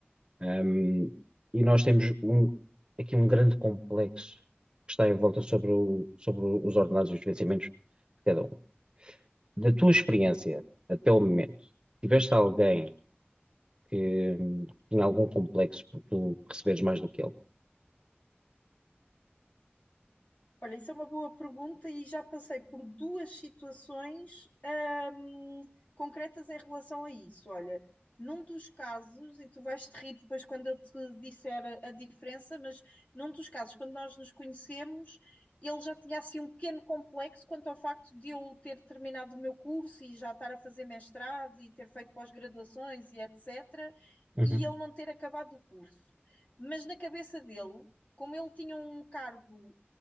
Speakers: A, on the right; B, on the left.
A: Ehm, e nós temos um- aqui um grande complexo que está em volta sobre, o- sobre os ordenados e os vencimentos de cada um. Da tua experiência até o momento, tiveste alguém que hum, tinha algum complexo por tu receberes mais do que ele?
B: Olha, isso é uma boa pergunta e já passei por duas situações, hum, concretas em relação a isso. Olha, num dos casos, e tu vais te rir depois quando eu te disser a, a diferença, mas num dos casos, quando nós nos conhecemos, ele já tinha assim um pequeno complexo quanto ao facto de eu ter terminado o meu curso e já estar a fazer mestrado e ter feito pós-graduações e etc.,
A: Uhum.
B: e ele não ter acabado o curso. Mas na cabeça dele, como ele tinha um cargo